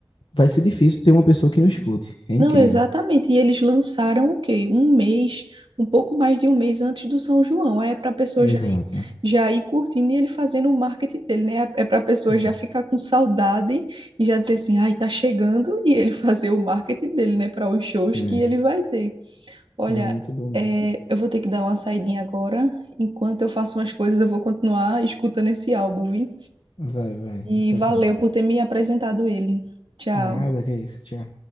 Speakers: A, on the left (about 75°); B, on the right (about 80°).
A: vai ser difícil ter uma pessoa que não escute. É incrível.
B: Não, exatamente. E eles lançaram o quê? Um mês, um pouco mais de um mês antes do São João. Aí É para a pessoa
A: Exato.
B: já, ir- já ir curtindo e ele fazendo o marketing dele, né? É para a pessoa
A: É,
B: já ficar com saudade e já dizer assim, ai, tá chegando, e ele <laughs> fazer o marketing dele, né? Para os shows
A: é.
B: que ele vai ter. Olha,
A: Não, muito bom mesmo.
B: é, eu vou ter que dar uma saidinha agora. Enquanto eu faço umas coisas, eu vou continuar escutando esse álbum, viu?
A: Vai, vai.
B: E
A: Tá
B: valeu
A: bom.
B: por ter me apresentado ele. Tchau.
A: Nada, que é isso. Tchau.